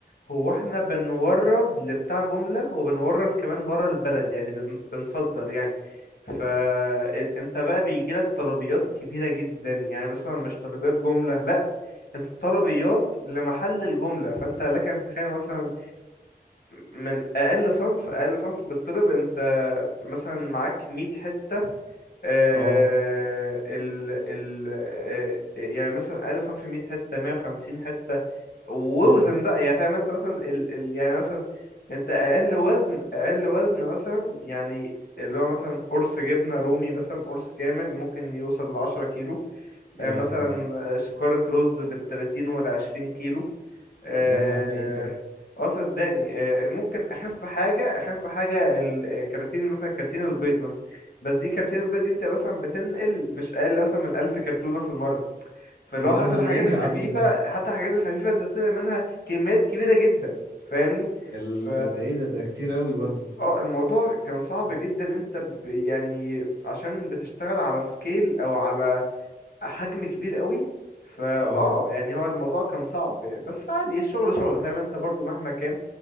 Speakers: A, on the left (about 65°); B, on the right (about 75°).
A: هو احنا بنورد لبتاع جملة وبنورد كمان بره البلد يعني بن- بنصدر يعني فانت بقى بيجيلك طلبيات كبيرة جدا يعني مثلا مش طلبيات جملة لا انت طلبيات لمحل الجملة فانت لك ان تتخيل مثلا من اقل صنف اقل صنف بالطلب انت مثلا معاك 100 حتة آه،
B: اه
A: ال ال آه، يعني مثلا اقل صنف 100 حته 150 حته ووزن
B: مم.
A: بقى يعني فاهم انت مثلا ال ال يعني مثلا انت اقل وزن اقل وزن مثلا يعني اللي هو مثلا قرص جبنه رومي مثلا قرص كامل ممكن يوصل ل 10 كيلو
B: يا
A: آه، مثلا
B: لهوي
A: آه، شكارة رز بالتلاتين والعشرين كيلو اه
B: لا يا عم ايه ده
A: آه، صدقني آه، ممكن اخف حاجه اخف حاجه الكراتين مثلا كراتين البيض مثلا بس دي كراتين البيض دي انت مثلا بتنقل مش اقل مثلا من 1000 كرتونه في المره فاللي
B: يا
A: هو حتى
B: لهوي
A: الحاجات
B: ايه
A: الخفيفه
B: يا عم ده
A: حتى الحاجات الخفيفه انت بتنقل منها كميات كبيره جدا فاهمني
B: يا ال-
A: ف
B: ده ده ايه ده ده كتير اوي برضو
A: اه الموضوع كان صعب جدا انت ب... يعني عشان بتشتغل على سكيل او على حجم كبير قوي فاه
B: اه
A: يعني هو الموضوع كان صعب بس عادي الشغل شغل فاهم انت برضو مهما كان